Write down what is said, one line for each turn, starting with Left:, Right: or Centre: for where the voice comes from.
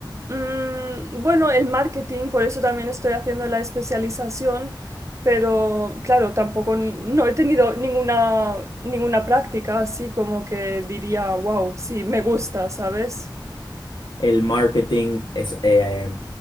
Right: Mm, bueno, el marketing, por eso también estoy haciendo la especialización, pero claro, tampoco n- no he tenido ninguna, ninguna práctica así como que diría, wow, sí, me gusta, ¿sabes?
Left: el marketing es eh,